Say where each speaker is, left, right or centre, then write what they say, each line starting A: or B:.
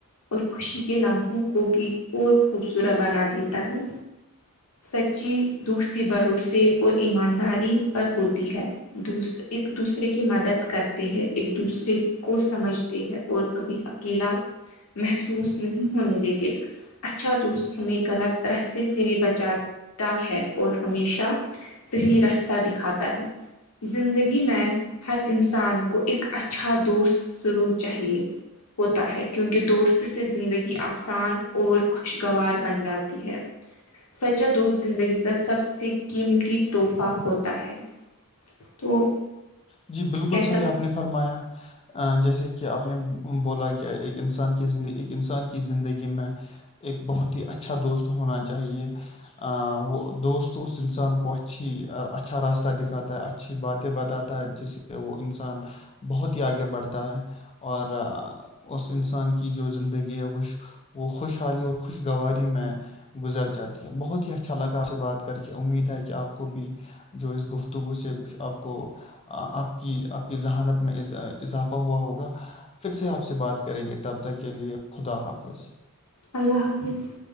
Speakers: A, on the left; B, on the left.
A: اور خوشی کے لمحوں کو بھی اور خوبصورت بنا دیتا ہے سچی دوستری بھروسے اور ایمانداری پر ہوتی ہے دوست ایک دوسرے کی مدد کرتے ہے ایک دوسرے کو سمجھتے ہیں اور کبھی اکیلا محسوس نہیں ہونے دیتے اچھا دوست ہمیں غلط رستے سے بھی بچا ہے اور ہمیشہ صحیح رستہ دکھاتا ہے زندگی میں ہر انسان کو ایک اچھا دوست ذرور چاہیے ہوتا ہے کیونکہ دوست سے زندگی آسان اور خوشگوار بن جاتی ہے سچا دوست زندگی کا سب سے قیمتی تحفہ ہوتا ہے تو
B: جی بالکل
A: کیسا
B: صحیح آپ نے فرمایا جیسے کہ آپ نے بولا کہ ایک انسان کے زندگی ایک انسان کی زندگی میں ایک بہت ہی اچھا دوست ہونا چاہیے وہ دوست اس اس انسان کو اچھی اچھا راستہ دکھاتا ہے اچھی باتیں بتاتا جس سے وہ انسان بہت ہی آگے بڑھتا ہے اور اس انسان کی جو زندگی ہے وہش وہ خوش حالی اور خش خوش گواری میں گزر جاتی ہے بہت ہی اچھا لگا آپ سے بات کر کے کہ امید ہے کہ آپ کو بھی جو اس گفتگو سے کچھ آپ کو آپ کی آپ کی ذہانت میں اضافہ ہوا ہوگا پھر سے آپ سے بات کریں گے تب تک کے لیے خدا حافظ
A: اللہ حافظ